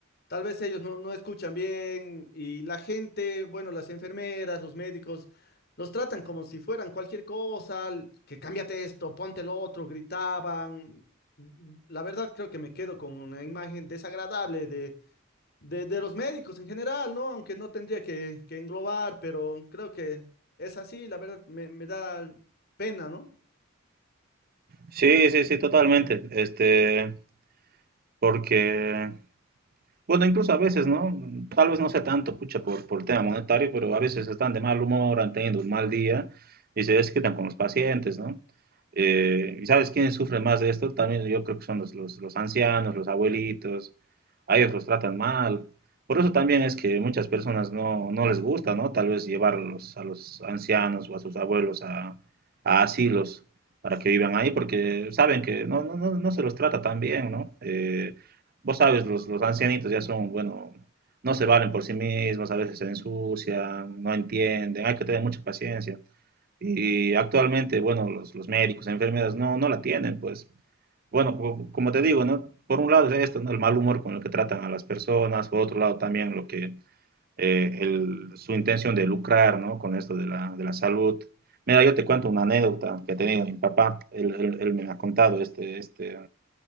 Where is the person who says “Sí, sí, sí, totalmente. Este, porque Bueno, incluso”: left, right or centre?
Right